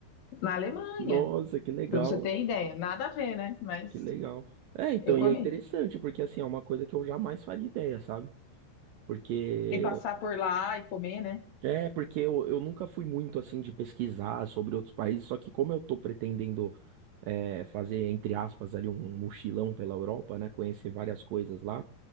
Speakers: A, on the left; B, on the right.
A: na Alemanha,
B: Nossa, que legal.
A: para você ter ideia. Nada a ver, né? Mas
B: Que legal. É, então,
A: eu comi.
B: e é interessante, porque assim, é uma coisa que eu jamais faria ideia, sabe? Porque.
A: E passar por lá e comer, né?
B: É, porque eu, eu nunca fui muito assim de pesquisar sobre outros países, só que como eu tô pretendendo é, fazer, entre aspas, ali um mochilão pela Europa, né? Conhecer várias coisas lá.